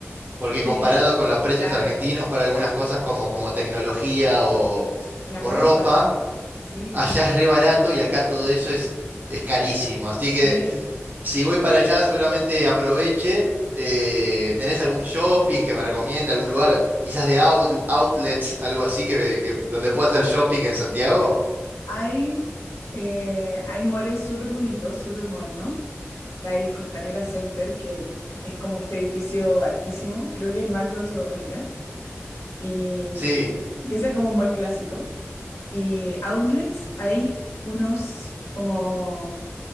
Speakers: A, on the right; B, on the left.
A: porque
B: Sí,
A: comparado con los precios
B: Claro.
A: argentinos para algunas cosas como, como tecnología o,
B: La
A: o
B: ropa
A: ropa,
B: también. Sí,
A: allá es re barato y acá todo eso es, es carísimo. Así
B: sí.
A: que si voy para allá seguramente aproveche. Eh, ¿tenés algún shopping que me recomienda, algún lugar, quizás de out- outlets, algo así, que, que- donde pueda hacer shopping en Santiago?
B: Hay, eh, hay moles súper bonitos, súper modernos. Está el Costanera Center, que es como este edificio altísimo. Creo que es el más alto de Sudamérica. Y,
A: Sí,
B: y ese es como un mall clásico. Y outlets, hay unos como...